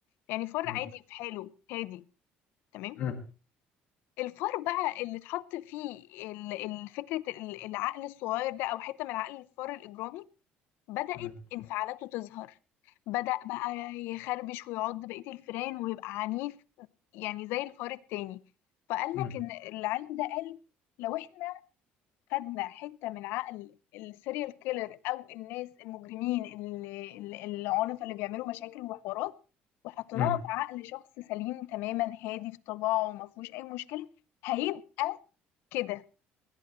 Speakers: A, on the left; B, on the left.
A: يعني فار
B: مم.
A: عادي في حاله هادي تمام
B: مم.
A: الفار بقى اللي اتحط فيه ال- ال- فكرة ال- العقل الصغير ده أو حتة من عقل الفار الإجرامي بدأت
B: مم.
A: انفعالاته تظهر بدأ بقى يخربش ويعض بقية الفئران ويبقى عنيف يعني زي الفار التاني فقال
B: مم.
A: لك إن العالم ده قال لو احنا خدنا حتة من عقل السيريال كيلر او الناس المجرمين اللي اللي- العنف اللي بيعملوا مشاكل وحوارات وحطيناها
B: مم.
A: في عقل شخص سليم تماما هادي في طباعه وما فيهوش اي مشكلة هيبقى كده